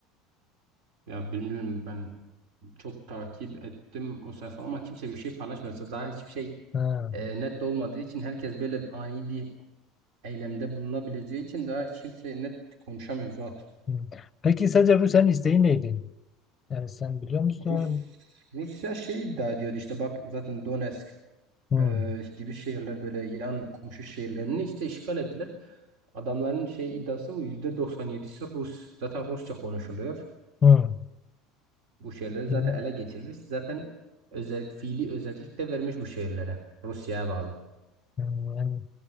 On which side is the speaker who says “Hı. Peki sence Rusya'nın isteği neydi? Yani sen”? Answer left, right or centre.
Left